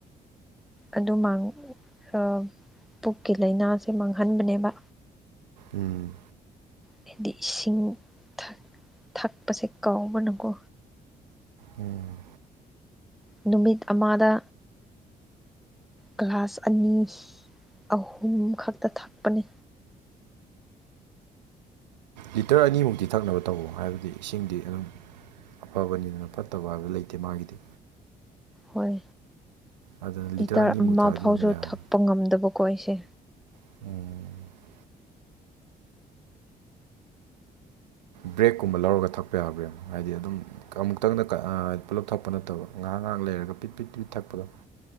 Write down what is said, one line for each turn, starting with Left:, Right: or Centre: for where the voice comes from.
Centre: ꯑꯗꯨ ꯃꯥꯡ <unintelligible> ꯄꯨꯛꯀꯤ ꯂꯥꯏꯅꯥꯁꯦ ꯃꯥꯡꯍꯟꯕꯅꯦꯕ
Right: ꯎꯝ
Centre: ꯍꯥꯏꯗꯤ ꯏꯁꯤꯡ ꯊꯛ ꯊꯛꯄꯁꯦ ꯀꯥꯎꯕꯅꯀꯣ
Right: ꯎꯝ
Centre: ꯅꯨꯃꯤꯠ ꯑꯃꯥꯗ ꯒꯂ꯭ꯥꯁ ꯑꯅꯤ ꯑꯍꯨꯝ ꯈꯛꯇ ꯊꯛꯄꯅꯤ
Right: ꯂꯤꯇꯔ ꯑꯅꯤꯃꯨꯛꯇꯤ ꯊꯛꯅꯕ ꯇꯧ ꯍꯥꯏꯕꯗꯤ ꯏꯁꯤꯡꯗꯤ ꯑꯗꯨꯝ ꯑꯐꯥꯕꯅꯤꯗꯅ ꯐꯠꯇꯕ ꯍꯥꯏꯕ ꯂꯩꯇꯦ ꯃꯥꯒꯤꯗꯤ
Centre: ꯍꯣꯏ
Right: ꯑꯗꯨꯅ
Centre: ꯂꯤꯇꯔ
Right: ꯑꯅꯤꯃꯨꯛ
Centre: ꯑꯃ
Right: ꯊꯛꯑꯗꯤ
Centre: ꯐꯥꯎꯁꯨ
Right: ꯑꯗꯨꯝ ꯌꯥꯔꯦ
Centre: ꯊꯛꯄ ꯉꯝꯗꯕꯀꯣ ꯑꯩꯁꯦ
Right: ꯎꯝ ꯕ꯭ꯔꯦꯛꯀꯨꯝꯕ ꯂꯧꯔꯒ ꯊꯛꯄ ꯌꯥꯕ꯭ꯔꯥ ꯌꯦꯡꯉꯨ ꯍꯥꯏꯗꯤ ꯑꯗꯨꯝ ꯑꯃꯨꯛꯇꯪꯗ ꯀꯥ ꯑꯥ ꯄꯨꯂꯞ ꯊꯛꯄ ꯅꯠꯇꯕ ꯉꯥꯏꯍꯥꯛ ꯉꯥꯏꯍꯥꯛ ꯂꯩꯔꯒ ꯄꯤꯠ ꯄꯤꯠ ꯄꯤꯠ ꯊꯛꯄꯗꯣ